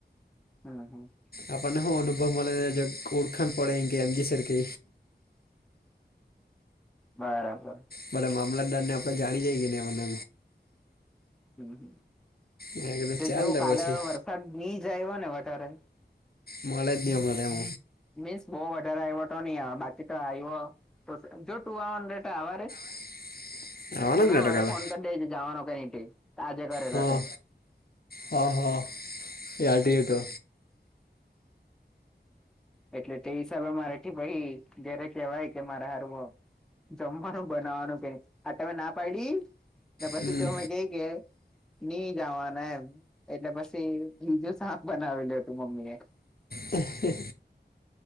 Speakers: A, in the centre; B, on the left.
A: હમ હમ
B: આપણને હું અનુભવ મળેને ઓળખાણ પડે એ કે એમજી સર કે
A: બરાબર
B: બરા મામલતદાર ને આપણે જાણી જઈએ ને મને
A: હમ હમ
B: મેં કીધું
A: એટ
B: ચાલ
A: જોવ
B: તો
A: કાલે
B: પછી
A: વરસાદ નહી જાય હોય ને વધારે
B: માળ હતી આપમ
A: મીન્સ બહ વધારે આવ્યો તો નહી આવે બાકી તો આવ્યો જો ટુ હંડડ આવા ર
B: <inaudible> આવવાનો
A: મને
B: જ ને
A: હરે
B: તો કાલે
A: ફોન કરી દઈ જાવા ન કે આજે કરરેલો
B: હા
A: ટમ
B: હા હા ડી એ હતો
A: એટલે તે હિસાબે મારા ભાઈ જ્યારે કહેવાય કે મારે હરવો જમવાનું બનાવાનું કે ન આ તમે ના પાડી ને પછી
B: હમ
A: ત અમે કઈ કે નહી જવાના એમ એટલે પછી બીજું સાાપ બનાવેલું હતું મમ્મી એ
B: હ હ